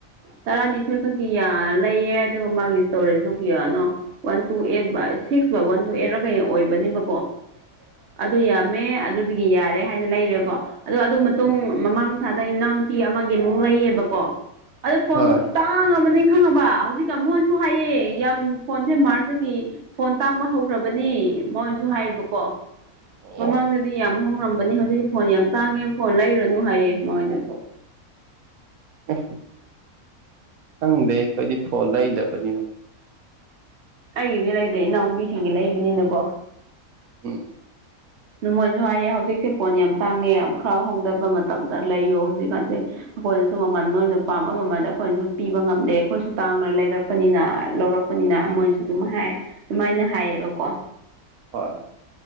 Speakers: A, on the right (about 55°); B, on the right (about 75°).
A: ꯇꯔꯥꯅꯤꯊꯣꯏ ꯈꯛꯀꯤ ꯌꯥ ꯂꯩꯌꯦ ꯑꯗꯨꯒ ꯃꯥꯒꯤ ꯏꯁꯇꯣꯔꯦꯁꯇꯣ ꯀꯌꯥꯅꯣ one two eight by six by one two ꯑꯦꯠꯔ ꯀꯩꯅ ꯑꯣꯏꯕꯅꯤꯕꯀꯣ ꯑꯗꯨ ꯌꯥꯝꯃꯦ ꯑꯗꯨꯗꯒꯤ ꯌꯥꯔꯦ ꯍꯥꯏꯅ ꯂꯩꯔꯦꯀꯣ ꯑꯗꯣ ꯑꯗꯨ ꯃꯇꯨꯡ
B: ꯎꯝ
A: ꯃꯃꯥꯡ ꯊꯥꯗ ꯏꯅꯥꯎꯅꯨꯄꯤ ꯑꯃꯒꯤ ꯑꯃꯨꯛ ꯂꯩꯌꯦꯕꯀꯣ ꯑꯗꯣ ꯐꯣꯟ
B: ꯍꯣꯏ
A: ꯀ ꯇꯥꯡꯉꯕꯅꯤ ꯈꯪꯉꯕ ꯍꯧꯖꯤꯛꯀ ꯃꯛꯣꯏꯁꯨ ꯍꯥꯏꯌꯦ ꯌꯥꯝ ꯐꯣꯟꯁꯦ ꯃꯥꯔꯁ ꯁꯤꯒꯤ ꯐꯣꯟ ꯇꯥꯡꯕ ꯍꯧꯈ꯭ꯔꯕꯅꯦ ꯃꯣꯏꯁꯨ ꯍꯥꯏꯌꯦꯕꯀꯣ
B: ꯑꯣ
A: ꯃꯃꯥꯡꯗꯗꯤ ꯑꯗꯨꯗꯤ ꯌꯥꯝ ꯍꯣꯡꯡꯂꯝꯕꯅꯤ ꯍꯧꯖꯤꯛꯇꯤ ꯐꯣꯟ ꯌꯥꯝ ꯇꯥꯡꯉꯦ ꯐꯣꯟ ꯂꯩꯔꯨꯅꯨ ꯍꯥꯏꯌꯦ ꯃꯣꯏꯅꯁꯨ
B: ꯎ ꯈꯪꯗꯦ ꯑꯩꯈꯣꯏꯗꯤ ꯐꯣꯟ ꯂꯩꯗꯕꯅꯤꯅ
A: ꯑꯩꯒꯤꯗꯤ ꯂꯩꯗꯦ ꯏꯅꯥꯎꯅꯨꯄꯤꯁꯤꯡꯒꯤ ꯂꯩꯕꯅꯤꯅꯀꯣ
B: ꯎꯝ
A: ꯅ ꯃꯣꯏꯅꯁꯨ ꯍꯥꯏꯌꯦ ꯍꯧꯖꯤꯛꯁꯦ ꯐꯣꯟ ꯌꯥꯝ ꯇꯥꯡꯉꯦ ꯈꯔ ꯍꯣꯡꯗꯕ ꯃꯇꯝꯗ ꯂꯩꯌꯣ ꯍꯧꯖꯤꯛꯀꯥꯟꯁꯦ ꯑꯩꯈꯣꯏꯅꯁꯨ ꯃꯃꯜ ꯅꯣꯏꯅ ꯄꯥꯝꯕ ꯃꯃꯜꯗ ꯑꯩꯈꯣꯏꯅꯁꯨ ꯄꯤꯕ ꯉꯝꯗꯦ ꯑꯩꯈꯣꯏꯁꯨ ꯇꯥꯡꯅ ꯂꯩꯔꯛꯄ ꯄꯅꯤꯅ ꯂꯧꯔꯛꯄꯅꯤꯅ ꯃꯣꯏꯁꯨ ꯑꯗꯨꯝ ꯍꯥꯏ ꯑꯗꯨꯃꯥꯏꯅ ꯍꯥꯏꯌꯦꯕꯀꯣ
B: ꯍꯣꯏ